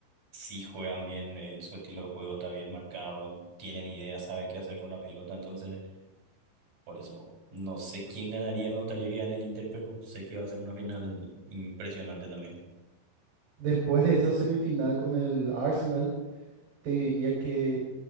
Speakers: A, on the right (about 40°); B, on the right (about 60°).
A: sí juegan bien, eh, su estilo de juego está bien marcado, tienen ideas saben qué hacer con la pelota, entonces por eso no sé quién ganaría, me gustaría que gane el Inter, pero sé que va a ser una final impresionante también.
B: Después de esa semifinal con el Arsenal, te diría que